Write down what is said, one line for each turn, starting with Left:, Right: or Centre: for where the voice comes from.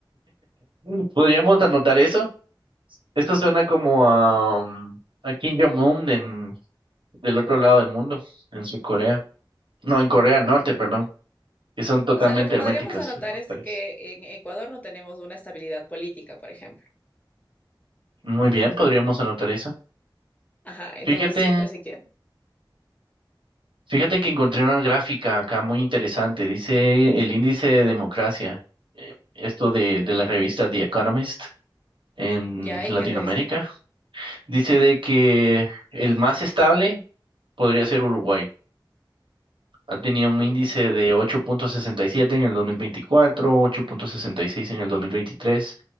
Right: mm, podríamos anotar eso. Esto suena como a, mm, a Kim Jong-un en- del otro lado del mundo, en Sur Corea. No, en Corea del Norte, perdón, que son totalmente
Left: O sea, lo que
Right: herméticas
Left: podríamos anotar
Right: y autoritarias.
Left: es de que en Ecuador no tenemos una estabilidad política, por ejemplo.
Right: Muy bien, podríamos anotar eso.
Left: Ajá, entonces
Right: Fíjate,
Left: siempre se quiere.
Right: Fíjate que encontré una gráfica acá muy interesante. Dice el índice de democracia, eh, esto de, de la revista The Economist en
Left: ¿Ya? ¿Y
Right: Latinoamérica.
Left: qué te dice?
Right: Dice de que el más estable podría ser Uruguay. Ha tenido un
Left: Mm,
Right: índice de ocho punto sesenta y siete en el dos mil veinticuatro, ocho punto sesenta y seis en el dos mil veintitrés